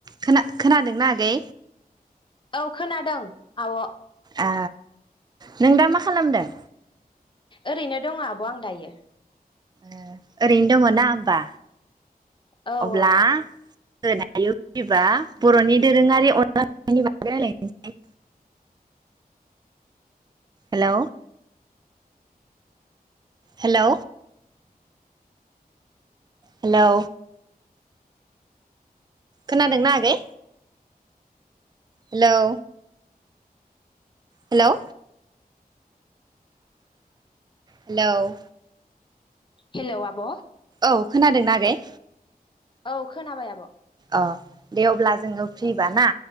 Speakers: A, on the right; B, on the left.
A: खोना खोनादोंना आगै?
B: औ खोनादों। आब'
A: ए नों दा मा खालामदों?
B: ओरैनो दं आब आं दायो।
A: ओ ओरैनो दङ ना होमबा।
B: औ
A: अब्ला
B: औ
A: ओ दायो फैबा बर'नि दोरोङारि अनला ओंख्रिनि बागै रलायनोसै। हेलौ हेलौ हेलौ खोनादोंना आगै? हेलौ हेलौ हेलोव
B: हेलौ आब'
A: औ खोनादोंना आगै?
B: औ खोनाबाय आब'
A: अ दे अब्ला जोङो
B: औ
A: फ्रिबा ना